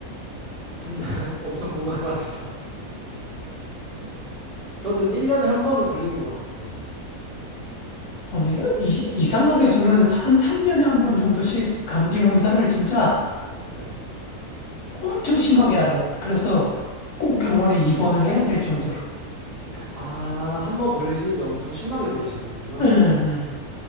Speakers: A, on the right; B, on the left.
A: 3년 <laughs> 엄청 건강하시다. 저는 1년에 한 번은 걸리는 것 같은데.
B: 아니, 이, 이상하게 저는 한 3년에 한 번 정도씩 감기 몸살을 진짜
A: 네.
B: 엄청 심하게 알아요. 그래서 꼭 병원에 입원을 해야 될 정도로.
A: 아, 한 번 걸리시는데 엄청 심하게 걸리시는 거구나.
B: 예, 예. 예.